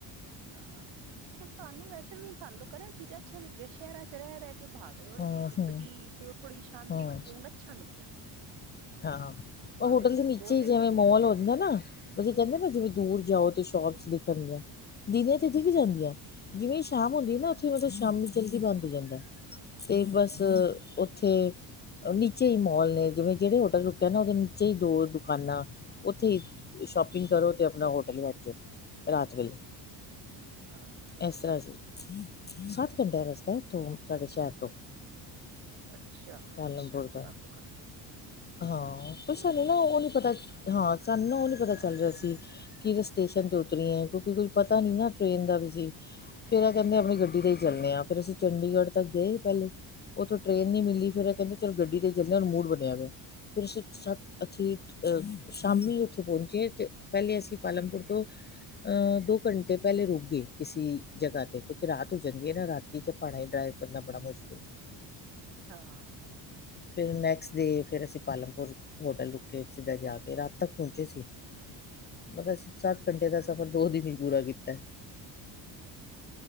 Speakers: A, on the right; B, on the left.
A: ਹਾਂ ਸਾਨੂੰ ਵੈਸੇ ਵੀੁਣ <inaudible> ਚੀਜ਼ਾਂ ਅੱਛੀਆਂ ਲੱਗਦੀਆਂ ਸ਼ਹਿਰਾਂ ਚ ਰਹਿ ਰਹਿ ਕਿ ਭਾਗਦੌੜ
B: ਹੂੰ
A: ਵਾਲੀ ਜ਼ਿੰਦਗੀ,
B: ਹੂੰ
A: ਤੇ ਉਹ ਥੋੜ੍ਹੀ ਸ਼ਾਂਤੀ
B: ਹੂੰ
A: ਸਕੂਨ ਅੱਛਾ ਲੱਗਦਾ ਹੈ।
B: ਹਾਂ,
A: ਭਾਵੇਂ
B: ਉਹ ਹੋਟਲ ਦੇ ਨੀਚੇ
A: ਦੋ ਤਿੰਨ
B: ਜਿਵੇਂ
A: ਦਿਨ ਹੀ
B: ਮੋਲ
A: ਰਹੋ
B: ਹੋ ਜਾਂਦੇ ਆ ਨਾ ਉਹੇ ਕਹਿੰਦੇ ਨਾ ਜਿਵੇਂ, ਦੂਰ ਜਾਓ ਤੇ ਸ਼ੋਪਸ ਦਿਖਣ ਗਿਆਂ, ਦਿਨੇ ਤੇ ਦਿਖ
A: ਹੂੰ
B: ਜਾਂਦੀ
A: ਹੂੰ
B: ਹੈ ਜਿਵੇਂ ਸ਼ਾਮ ਹੁੰਦੀ
A: ਹੂੰ,
B: ਨਾ ਉੱਥੇ ਮਤਲਬ ਸ਼ਾਮੀ ਜਲਦੀ ਬਣਦੀ, ਹੋ ਜਾਂਦਾ ਹੈ, ਤੇ ਬਸ,
A: ਹੂੰ
B: ਉੱਥੇ ਨੀਚੇ ਹੀ ਮੋਲ ਨੇ ਜਿਵੇਂ ਜਿਹੜੇ ਹੋਟਲ ਰੁਕਿਆ ਨਾ ਉਹਦੇ ਨੀਚੇ ਹੀ ਦੋ ਦੁਕਾਨਾਂ ਉੱਥੇ ਹੀ ਸ਼ੋਪਿੰਗ ਕਰੋ ਤੇ ਆਪਣਾ ਹੋਟਲ ਵਰ ਜਾਓ ਰਾਤ ਵੇਲੇ,
A: ਠੀਕ। ਹਾਂ ਠੀਕ
B: ਇਸ ਤਰ੍ਹਾਂ ਸੀ
A: ਹੈ ਹਾਂ,
B: ਸੱਤ ਘੰਟਿਆਂ ਰਸਤਾ ਇਥੋਂ ਸਾਡੇ ਸ਼ਹਿਰ, ਤੋ,
A: ਅੱਛਾ
B: ਪਾਲਮਪੁਰ ਦਾ
A: ਸੱਤ ਕ
B: ਹਾਂ ਕੋ
A: ਦੂਰ
B: ਸਾਨੂੰ
A: ਹੀ
B: ਨਾ ਉਹ
A: ਹੈ
B: ਨੀ ਪਤਾ ਹਾਂ ਸਾਨੂੰ ਨਾ ਉਹ ਨੀ ਪਤਾ
A: ਹਾਂ
B: ਚੱਲ ਰਿਹਾ ਸੀ। ਕਿ ਸਟੇਸ਼ਨ ਤੇ ਉਤਰੀ ਹੈ ਕਿਉਂਕਿ ਕੋਈ ਪਤਾ ਨਹੀਂ ਨਾ ਟ੍ਰਰੇਨ ਦਾ ਵੀ ਸੀ। ਫੇਰ ਇਹ ਕਹਿੰਦੇ
A: ਹੂੰ
B: ਆਪਣੀ ਗੱਡੀ ਤੇ ਹੀ ਚੱਲਣੇ ਆ। ਫੇਰ ਅਸੀਂ ਚੰਡੀਗੜ੍ਹ ਤੱਕ ਗਏ। ਪਹਿਲੇ ਉੱਥੋਂ ਟ੍ਰੇਨ ਨਹੀਂੀ ਮਿਲੀ
A: ਹੂੰ,
B: ਫੇਿਰ ਇਹ ਕਹਿੰਦੇ ਚਲ ਗੱਡੀ ਤੇ ਜਲਦੇ ਹ ਉਹਨੂੰ ਮੂੜ ਬਣਿਆ ਹੋਆ ਫਿਰ ਅਸੀਂ ਸੱਤ
A: ਹੂੰ,
B: ਅੱਥਂ ਅਹ ਸ਼ਾਮੀ ਉੱਥੇ ਪਹੁੰਚੇ ਤੇ ਪਹਿਲੇ ਅਸੀਂ ਪਾਲਮਪੁਰ ਤੋਂ ਅਹ ਦੋ ਘੰਟੇ ਪਹਿਲੇ ਰੁਕ ਗਏ ਕਿਸੇ ਜਗ੍ਹਾ ਤੇ ਕਿਉਂਕਿ ਰਾਤ ਹੋ ਜਾਂਦੀ ਹੈ, ਨਾ ਰਾਤੀ ਚ ਪਾਣਾ ਹੀ ਡਰਾਈਵ ਕਰਨਾ ਬੜਾ ਮੁਸ਼ਕਿਲ
A: ਹਾਂ
B: ਫਿਰ ਨੈਕਸਟ ਡੇ ਫਿਰ ਅਸੀਂ ਪਾਲਮਪੁਰ ਹੋਟਲ ਰੁਕੇ ਸਿੱਧਾ
A: ਅੱਛਾ
B: ਜਾ ਕੇ ਰਾਤ ਤੱਕ ਪਹੁੰਚੇ ਸੀ ਮਤਲਬ ਅਸੀਂ ਸੱਤ ਘੰਟੇ ਦਾ ਸਫ਼ਰ ਦੋ ਦਿਨ ਹੀ ਪੂਰਾ ਕੀਤਾ।
A: ਪੂਰਾ।